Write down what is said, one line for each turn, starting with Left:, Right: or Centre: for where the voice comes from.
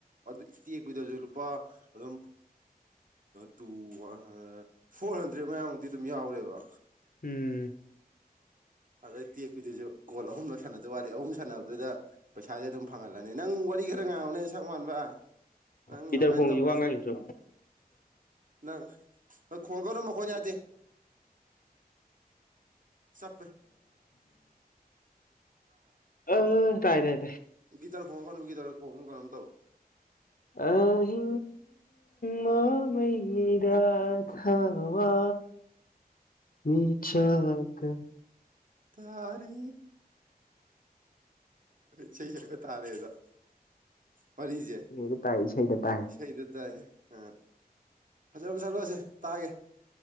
Right: ꯑꯗꯨ ꯇꯦꯛꯄꯗꯁꯨ ꯂꯨꯄꯥ ꯑꯗꯨꯝ two one hundred four hundred ꯃꯌꯥꯝꯃꯨꯛꯇꯤ ꯑꯗꯨꯝ ꯌꯥꯎꯔꯦꯕ
Left: ꯎꯝ
Right: ꯑꯥꯏ ꯇꯦꯛꯄꯤꯗꯨꯁꯨ ꯀꯣꯜ ꯑꯍꯨꯝꯂꯛ ꯁꯥꯟꯅꯗ ꯋꯥꯠꯂꯤ ꯑꯍꯨꯝ ꯁꯥꯟꯅꯕꯗꯨꯗ ꯄꯩꯁꯥꯗꯤ ꯑꯗꯨꯝ ꯐꯪꯍꯜꯂꯅꯤ ꯅꯪ ꯋꯥꯔꯤ ꯈꯔ ꯉꯥꯡꯅꯤ ꯅꯩ ꯁꯛ ꯃꯥꯟꯕ ꯅꯪ
Left: ꯄꯤꯇꯔ
Right: ꯑꯗꯨꯃꯥꯏꯅ
Left: ꯈꯣꯡꯒꯤ
Right: ꯇꯧꯔ
Left: ꯋꯥ ꯉꯥꯡꯉꯤꯗ꯭ꯔꯣ
Right: ꯅꯪ ꯍꯣꯏ ꯈꯣꯡꯒꯧꯅ ꯃꯈꯣꯏ ꯌꯥ ꯌꯥꯁꯦ ꯆꯠ
Left: ꯑ ꯇꯥꯏꯥꯏ
Right: ꯒꯤꯇꯔ ꯐꯣꯡꯣꯟ ꯀꯥꯟꯝ ꯒꯤꯇꯔ ꯐꯣꯡꯣꯟ ꯀꯝ ꯇꯣ
Left: ꯑ ꯍ ꯃꯥ ꯃꯩꯗꯥ ꯊꯋꯥ ꯃꯤꯆ ꯀ
Right: ꯇꯥꯔꯤ ꯆꯩꯕ ꯇꯥꯔꯦꯗ ꯄꯔꯤꯖꯦ
Left: ꯂꯣꯏꯅ ꯇꯥꯏ ꯏꯁꯩꯗ ꯇꯥꯏ
Right: ꯁꯩꯗ ꯇꯥꯏ ꯑ ꯐꯖꯅ ꯐ ꯆꯥꯂꯣꯏꯁꯦ ꯇꯥꯑꯒꯦ